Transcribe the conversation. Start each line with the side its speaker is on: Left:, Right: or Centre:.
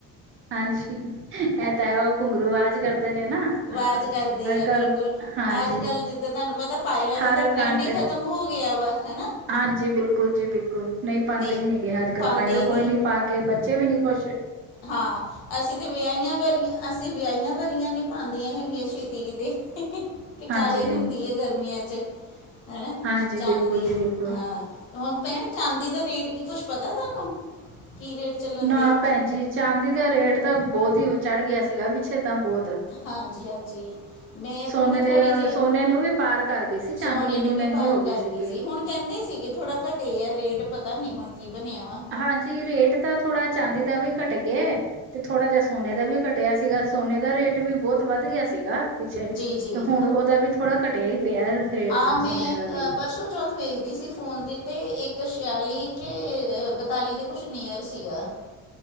Right: ਹਾਂਜੀ, ਐ ਤਾਂ ਹੈ ਓ ਕੁੰਗੁਰੂ ਵਾਜ਼ ਕਰਦੇ ਨੇ ਨਾ।
Left: ਵਾਜ਼
Right: ਹਾਂ
Left: ਕਰਦੀ
Right: ਅੱਜ
Left: ਐ
Right: ਕੱਲ
Left: ਬਿਲਕੁਲ
Right: ਹਾਂਜੀ
Left: ਅੱਜ-ਕੱਲ੍ਹ, ਜਿੱਦਾਂ ਤੁਹਾਨੂੰ ਪਤਾ, ਪਾਏਲਾਂ
Right: ਹਰ
Left: ਦਾ ਤਾਂ ਟਰੈਂਡ
Right: ਕਾਂਟੇ
Left: ਈ ਖਤਮ ਮ ਹੋ ਗਿਆ ਵਾ, ਹਨਾ।
Right: ਹਾਂਜੀ, ਬਿਲਕੁਲ ਜੀ, ਬਿਲਕੁਲ ਨਈ ਪਾਂਦੇ
Left: ਤੇ
Right: ਈ ਨੀ ਗੇ, ਅੱਜ-ਕੱਲ
Left: ਪਾਉਂਦੇ
Right: ਪਾਈਲਾ
Left: ਹੀ ਨਹੀਂ
Right: ਕੋਈ ਨੀ ਪਾ ਕੇ ਬੱਚੇ ਵੀ ਨੀ ਖੁਸ਼।
Left: ਹਾਂ, ਅਸੀਂ ਤੇ ਵਿਆਈ-ਵਰੀਆਂ ਅਸੀਂ ਅਸੀਂ ਵਿਆਈਆਂ-ਵਰੀਆਂ ਨੀ ਪਾਂਦੀਆਂ ਹੈਗੀਆਂ ਛੇਤੀ ਕਿਤੇ। ਤੇ
Right: ਹਾਂਜੀ
Left: ਕਾਲੀ ਹੁੰਦੀ ਏ ਗਰਮੀਆਂ ਚ, ਹਨਾ?
Right: ਹਾਂਜੀ
Left: ਚਾਂਦੀ
Right: ਬਿਲਕੁਲ ਜੀ ਬਿਲਕੁਲ
Left: ਹਾਂ। ਹੁਣ, ਭੈਣ, ਚਾਂਦੀ ਦਾ ਰੇਟ ਕੀ ਕੁਛ ਪਤਾ ਤਾਨੂੰ, ਕੀ ਰੇਟ? ਚੱਲਣ
Right: ਨਾ,
Left: ਦੇ ਆ
Right: ਭੈਣ ਜੀ ਚਾਂਦੀ ਦਾ ਰੇਟ ਤਾਂ ਬੋਤ ਈ ਚੜ ਗਿਆ ਸੀਗਾ। ਪਿੱਛੇ, ਤਾਂ ਬੋਤ
Left: ਹਾਂਜੀ-ਹਾਂਜੀ, ਮੇਰ
Right: ਸੋਨੇ
Left: ਕੋਲ ਨਾ
Right: ਦੇ
Left: ਥੋੜ੍ਹੀ ਜੀ
Right: ਸੋਨੇ ਨੂੰ ਵੀ ਪਾਰ ਕਰ ਗਈ ਸੀ ਚਾਂਦੀ
Left: ਸੋਨੇ
Right: ਇੰਨੀ
Left: ਨੂੰ ਵੀ
Right: ਮਹਿੰਗੀ
Left: ਪਾਰ
Right: ਹੋ
Left: ਕਰ
Right: ਸੀਗੀ
Left: ਗਈ ਸੀ, ਹੁਣ ਕਹਿੰਦੇ ਸੀਗੇ ਥੋੜਾ ਘੱ ਟ ਐ ਰੇਟ ਪਤਾ ਨੀ ਹੁਣ ਕੀ ਬਣਿਆ ਵਾ,
Right: ਹਾਂਜੀ ਰੇਟ ਤਾਂ ਥੋੜਾ ਚਾਂਦੀ ਦਾ ਵੀ ਘੱਟ ਗਿਆ, ਤੇ ਥੋੜਾ ਜਿਹਾ ਸੋਨੇ ਦਾ ਵੀ ਘੱਟ। ਕਟਿਆ ਸੀਗਾ ਸੋਨੇ ਦਾ ਰੇਟ ਵੀ ਬਹੁਤ ਵੱਧ ਗਿਆ ਸੀਗਾ, ਪਿੱਛੇ
Left: ਜੀ ਜੀ
Right: ਤੇ ਹੁਣ ਉਹਦਾ ਵੀ ਥੋੜਾ ਘਟਿਆ ਹੀ। ਪਿਆ, ਰੇਟ
Left: ਆ
Right: ਤਾਂ
Left: ਮੈਂ
Right: ਸੋਨੇ ਦਾ ਵੀ
Left: ਪਰਸੋਂ, ਚੌਥ ਵੇਖਦੀ ਸੀ, ਫੋਨ 'ਤੇ ਤੇ ਇੱਕ ਛਿਆਲੀ ਕਿ ਬਤਾਲੀ ਦੇ ਕੁਛ ਨੀਅਰ ਸੀਗਾ।